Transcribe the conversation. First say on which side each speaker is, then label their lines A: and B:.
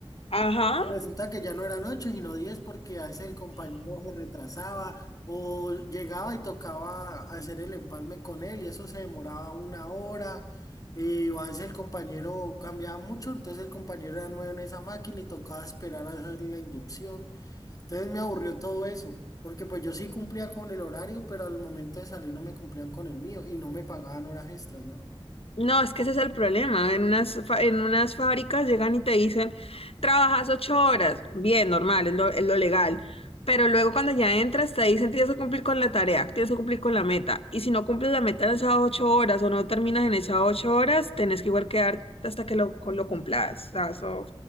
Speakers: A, on the left (about 70°); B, on the left (about 35°).
A: Ajá,
B: Y resulta que ya no eran ocho, sino diez, porque a veces el compañero se retrasaba o llegaba y tocaba hacer el empalme con él y eso se demoraba una hora. eh, o a veces el compañero cambiaba mucho, entonces el compañero era nuevo en esa máquina y tocaba esperar a hacer la inducción. Entonces me aburrió todo eso, porque pues yo sí cumplía con el horario, pero al momento de salir no me cumplían con el mío y no me pagaban horas extras, ¿no?
A: No, es que ese es el problema. En unas, fa- en unas fábricas llegan y te dicen, trabajas ocho horas. Bien, normal, es lo, es lo legal. Pero luego cuando ya entras te dicen, tienes que cumplir con la tarea, tienes que cumplir con la meta. Y si no cumples la meta en esas ocho horas o no terminas en esas ocho horas, tenés que igual quedarte hasta que lo, lo cumplas. O sea, eso